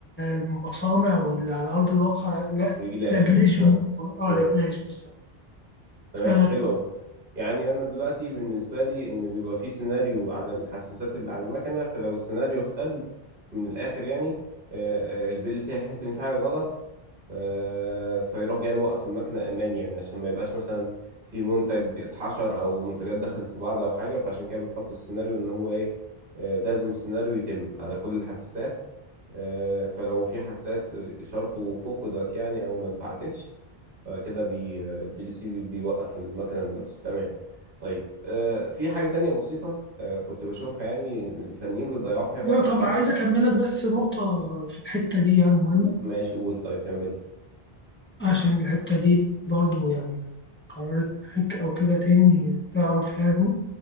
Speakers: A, on the left (about 15°); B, on the right (about 55°).
A: المصانع واللي على أرض الواقع لا
B: رجلاش
A: لجلشوا
B: اه
A: اه
B: مم.
A: لجلاش بالظبط
B: تمام
A: ف-
B: حلو قوي يعني انا دلوقتي بالنسبه لي ان بيبقى في سيناريو على الحساسات اللي على المكنه فلو السيناريو اختل من الاخر يعني آه، آه، البي ال سي هيحس ان في حاجه غلط آه، فيروح جاي موقف المكنه امان يعني عشان ما يبقاش مثلا في منتج اتحشر او منتجات دخلت في بعض او حاجه فعشان كده بنحط السيناريو ان هو ايه آه، لازم السيناريو يتم على كل الحساسات آه، فلو في حساس اشارته فقدت يعني او ما اتبعتتش فكده بي البي ال سي بيوقف المكنه من نفسه تمام طيب آه، في حاجه تانية بسيطه آه، كنت بشوفها يعني الفنيين بيضيعوا فيها وقت
A: لا طبعا
B: كتير
A: عايز أكملك بس نقطة في الحتة دي يعني مهمة
B: ماشي قول طيب كملي
A: عشان الحتة دي برضو يعني لو قررت معاك أو كده تاني تعرف يعني